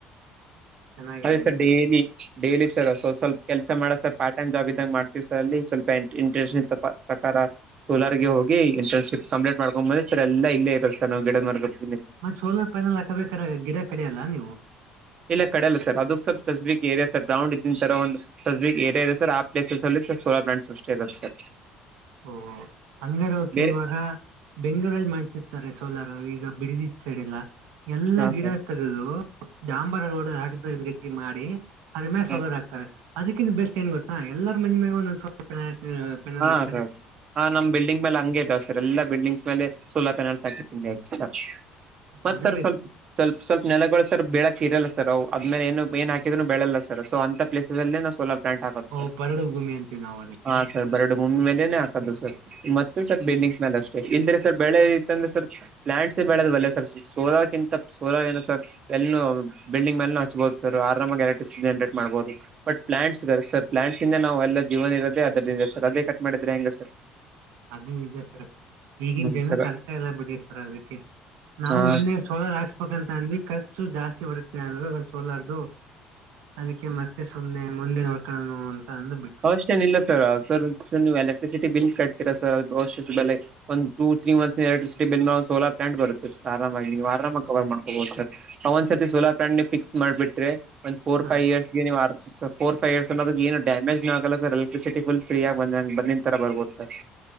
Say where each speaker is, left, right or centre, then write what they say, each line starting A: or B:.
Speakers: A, on the right; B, on the right.
A: ಚೆನ್ನಾಗಿದೆ
B: ಹಾ ಸ ಡೈಲಿ
A: ಅಂಕ
B: ಸರ್ ಡೇಲಿ ಡೇಲಿ ಸರ್ ಸ್ವಲ್ಪ ಕೆಲಸ ಮಾಡ ಸರ್ ಪಾರ್ಟ್ ಟೈಮ್ ಜಾಬ್ ಇದ್ದಾಗ ಮಾಡ್ತೀವಿ ಸರ್ ಅಲ್ಲಿ ಸ್ವಲ್ಪ ಇಂಟ್ರೆಸ್ಟ್ ಇತ್ತಪಾ ಪ್ರಕಾರ ಸೋಲಾರ್ಗೆ ಹೋಗಿ ಇಂಟರ್ನ್ಶಿಪ್ ಕಂಪ್ಲೀಟ್ ಮಾಡ್ಕೊಂದ ಬಂದ ಸರ್ ಎಲ್ಲೇ ಇದೆ ಸರ್ ನ ಗಿಡದ ಮರ್ಗಳು.
A: ಆ ಸೋಲರ್ ಪ್ಯಾನಲ್ ಹಾಕ್ಬೇಕಾರ ಗಿಡ ಕಡಿಯಲ್ಲ ನೀವು
B: ಇಲ್ಲ ಕಡೆಯಲ್ಲ ಸರ್ ಅದಕ್ಕೆ sir specific area sir ground ಇದಿನ ತರ ಒಂದ ಸ್ಪೆಸಿಕ್ ಏರೀಯಾ ಇದೆ ಸ ಆ ಪ್ಲೇಸಲ್ಲಿ ಸೋಲಾ ಪ್ಲಾಂಟ್ಸ್ ಅಷ್ಟೇ ಇರೋದ ಸರ್.
A: ಓಹ ಹಂಗಾರ ಓಕೆ
B: ಬೇರೆ
A: ಇವಾಗ ಬೆಂಗಳೂರಲ್ಲಿ ಮಾಡ್ತಿರ್ತಾರೆ ಸೋಲಾರು ಈಗ ಬಿಡಿದಿ ಸೈಡ್ ಎಲ್ಲಾ ಎಲ್ಲಾ
B: ಹಾ
A: ಗಿಡ
B: ಸರ್
A: ತೆಗೆದು ಡಾಂಬರ ರೋಡ್ ಹಾಕ ಗತಿ ಮಾಡಿ ಅದರಮ್ಯಾಲ್
B: ಹಾ
A: ಸೋಲರ್ ಆಗ್ತಾರೆ ಅದಕ್ಕಿಂದು ಬೆಸ್ಟ್ ಏನ್ ಗೊತ್ತಾ ಎಲ್ಲರ ಮನಿ ಮ್ಯಾಗೂ ಒಂದಂದು ಸೋಲಾರ್ ಪೆನಲ್ ಹಾಕ್ದರೆ.
B: ಹ ನಮ ಬಿಲ್ಡಿಂಗ್ ಮೇಲೆ ಹಂಗೆ ಇದಾವ ಸರ್ ಎಲ್ಲ ಬಿಲ್ಡಿಂಗ್ಸ್ ಮೇಲೆ ಸೋಲಾರ್ ಪ್ಯಾನಲ್ಸ್ ಹಾಕ್ ಇಟ್ಟಿದಾರೆ ಸರ್ ಮತ್
A: ಅದು
B: ಸರ್
A: ಬೆಸ್ಟ್
B: ಸ್ವಲ್ಪ ಸ್ವಲ್ಪ ಸ್ವಲ್ಪ ನೆಲಗಳು ಸರ್ ಬೆಳಕ್ಕ ಇರಲ್ಲ ಸರ್ ಅವ್ ಅದರ ಮೇಲೆ ಏನು ಏನ್ ಹಾಕಿದ್ರು ಬೆಳಲ್ಲ ಸರ್ ಸೊ ಅಂತ ಪ್ಲೇಸ ಅಲ್ಲೆ ನಾವ್ ಸೋಲಾರ್. ಪ್ಲಾಂಟ್ ಹಾಕೋದು
A: ಓ
B: ಸರ್
A: ಬರಡು ಭೂಮಿ ಅಂತೀವಿ ನಾವು ಅದಕ್ಕೆ.
B: ಹಾ ಸರ್ ಬರಡು ಭೂಮಿ ಮೇಲೆನೇ ಹಾಕದು ಸರ್ ಮತ್ತೆ ಸರ್ ಬಿಲ್ಡಿಂಗ್ಸ್ ಮೇಲೆ ಅಷ್ಟೇ ಇಲ್ದಿರೆ ಸರ್ ಬೆಳೆ ಇತ್ತಂದ್ರೆ ಸರ್ ಪ್ಲಾಂಟ್ಸ್ ಬೆಳೆಲ್ವಲ್ಲ ಸರ್ ಸೋಲಾರ ಕಿಂತ ಸೋಲರ್ ಏನು ಸರ್ ಎಲ್ಲೂ ಬಿಲ್ಡಿಂಗ್ ಮೇಲೂ ಹಚ್ಬಹುದು ಸರ್ ಆರಾಮಾಗಿ ಎಲೆಕ್ಟ್ರಿಸಿಟಿ ಜನ್ರೇಟ್ ಮಾಡ್ಬಹುದು ಬಟ್ ಪ್ಲಾಂಟ್ಸ್ ಇದ್ದಾವೆ ಸರ್ ಪ್ಲಾಂಟ್ಸ್ ಇಂದನೇ ನಾವು ಎಲ್ಲ ಜೀವನ ಇರೋದ ಅದರಿಂದ ಸರ್ ಅದೇ ಕಟ್ ಮಾಡಿದ್ರೆ ಹೆಂಗ ಸರ್.
A: ಅದು ನಿಜ ಸರ್ ಈಗಿನ್
B: ಹ್ಮ್
A: ಜನ
B: ಸರ್
A: ಅರ್ತಾ ಇಲ್ಲ ಬಿಡಿ ಸರ್ ಅದಿಕ್ಕೆ. ನಾವು
B: ಹಾ
A: ಮೊನ್ನೆ ಸೋಲಾರ್ ಹಾಕ್ಸ್ಬೇಕಂತ ಅಂದ್ವಿ ಖರ್ಚು ಜಾಸ್ತಿ ಬರುತ್ತೇ ಅಂದರು ಸೋಲರ್ದು ಅದಕ್ಕೆ ಮತ್ತೆ ಸುಮ್ನೆ ಮುಂದೆ ನೋಡ್ಕೋಣ ಅಂತ ಅಂದು ಬಿಟ್ವಿ.
B: ಅಷ್ಟನ್ ಇಲ್ಲ ಸರ್ ಸರ್ ನೀವು ಎಲೆಕ್ಟ್ರಿಸಿಟಿ ಬಿಲ್ಸ್ ಕಟ್ತೀರಾ ಸರ್ ಅಷ್ಟ್ ಅಷ್ಟ್ ಬೆಲೆ ಒಂದು two three months electricity bill ನ ಸೋಲಾರ್ ಪ್ಲಾಟ್ ಬರುತ್ತೆ ಸರ್ ಆರಾಮಾಗಿ ನೀವು ಅರಾಮಾಗಿ ಕವರ್ ಮಾಡ್ಕೋಬೋದು ಸರ್ ಅ ಒಂದ್ಸತಿ ಸೋಲಾರ್ ಪ್ಲಾಂಟ್ ನೀವ್ ಫಿಕ್ಸ್ ಮಾಡಬಿಟ್ರೆ ಒಂದು ಫೋರ್
A: ಹಾ
B: ಫೈವ್ ಇಯರ್ಸ್ಗೆ ನೀವ್ ಅರಾಮ್ ಸರ್ ಫೋರ್ ಫೈವ್ ಇಯರ್ಸ್ ಅವರೆಗೂ ಏನೂ ಡ್ಯಾಮೇಜ್ ನೂ ಆಗಲ್ಲ ಸರ್ ಎಲೆಕ್ಟ್ರಿಸಿಟ ಫು ಫ್ರೀ ಆಗ ಬಂದ ಬಂದಿನ್ ತರ ಬರ್ಬಹುದು ಸರ್.